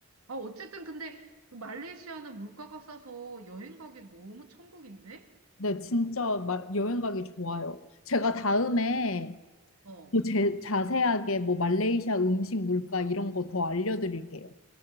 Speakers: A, on the right; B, on the left.
A: 아, 어쨌든 근데 그 말레이시아는 물가가 싸서 여행 가기 너무 천국인데?
B: 네, 진짜 마- 여행 가기 좋아요. 제가 다음에
A: 어.
B: 뭐 제, 자세하게 뭐 말레이시아 음식 물가 이런 거 더 알려드릴게요.